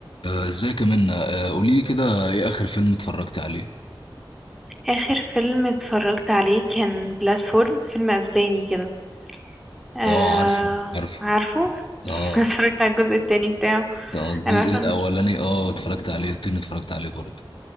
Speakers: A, on the left (about 75°); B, in the centre.
A: آه، ازيك يا منى قولي لي كده ايه اخر فيلم اتفرجت عليه
B: آخر فيلم اتفرجت عليه كان بلاتفورم فيلم أسباني كده آه
A: اه عارفه عارفه
B: عارفه
A: اه
B: <laughs> اتفرجت على الجزء التاني بتاعه
A: آه، الجزء
B: أنا عارفة
A: الاولاني
B: إن-
A: اه اتفرجت عليه التاني اتفرجت عليه برضه